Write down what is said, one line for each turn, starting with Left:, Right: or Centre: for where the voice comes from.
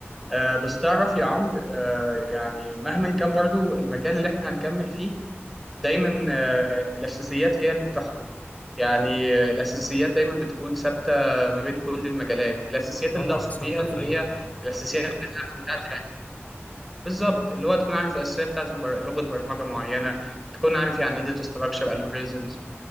Centre: آه، بس تعرف يا عمرو آه، يعني مهما كان برضو المجال اللي احنا هنكمل فيه دايما آه، الاساسيات هي اللي بتحكم يعني آه، الاساسيات دايما بتكون ثابته ما بين كل المجالات الاساسيات
Left: طبعا
Centre: اللي اقصد
Left: ثابته
Centre: بيها اللي
Left: في
Centre: هي
Left: اي مجال
Centre: الاساسيات بتاعت بالظبط اللي هو تكون عارف الاساسيات بتاعت البر... لغه برمجه معينه تكون عارف يعني ايه داتا ستراكشر الجوريزمز